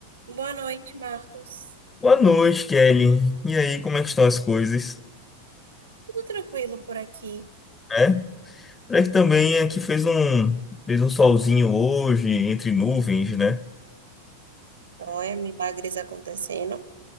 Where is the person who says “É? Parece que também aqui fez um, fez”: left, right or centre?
Left